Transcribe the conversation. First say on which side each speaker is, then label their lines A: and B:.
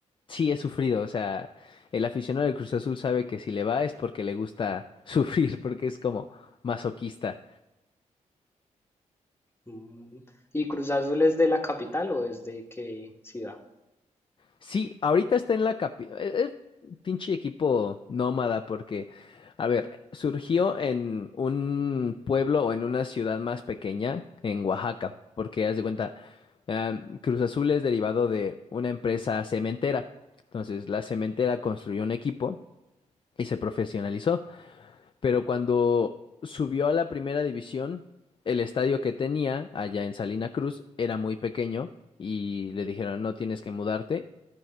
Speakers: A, on the left (about 40°); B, on the left (about 20°).
A: sí he sufrido, o sea, el aficionado del Cruz Azul sabe que si le va es porque le gusta sufrir, <laughs> porque es como masoquista.
B: Mm. ¿Y Cruz Azul es de la capital o es de qué ciudad?
A: Sí, ahorita está en la capi, es pinche equipo nómada porque, a ver, surgió en un pueblo o en una ciudad más pequeña, en Oaxaca, porque haz de cuenta, ah, Cruz Azul es derivado de una empresa cementera. Entonces, la cementera construyó un equipo y se profesionalizó. pero cuando subió a la primera división, el estadio que tenía allá en Salina Cruz era muy pequeño y le dijeron, no tienes que mudarte,